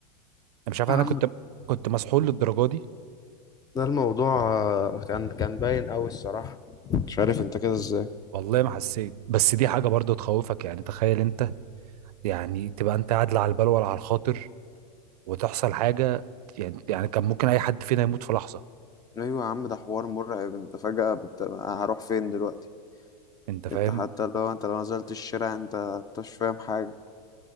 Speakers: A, on the right; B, on the left.
A: انا مش عارف
B: يا
A: انا
B: عم
A: كنت كنت مسحول للدرجه دي
B: ده الموضوع آه، كان كان باين قوي الصراحة مش عارف انت كده ازاي
A: والله ما حسيت بس دي حاجه برضو تخوفك يعني تخيل انت يعني تبقى انت قاعد لا على البال ولا على الخاطر وتحصل حاجه يعني يعني كان ممكن اي حد فينا يموت في لحظه
B: ايوه يا عم ده حوار مرعب انت فجأة بت... هروح فين دلوقتي
A: انت فاهم
B: انت حتى لو انت لو نزلت الشارع انت انت مش فاهم حاجة